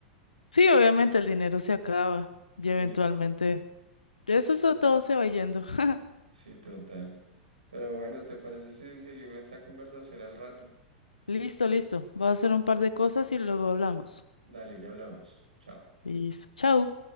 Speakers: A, on the left (about 80°); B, on the right (about 75°).
A: Sí, obviamente el dinero se acaba y
B: sí,
A: eventualmente eso, eso todo se va yendo. <laughs>
B: sí, total. Pero bueno, ¿te parece si seguimos esta conversación al rato?
A: Listo, listo. Voy a hacer un par de cosas y luego hablamos.
B: Dale, ya hablamos. Chao.
A: Listo. Chao.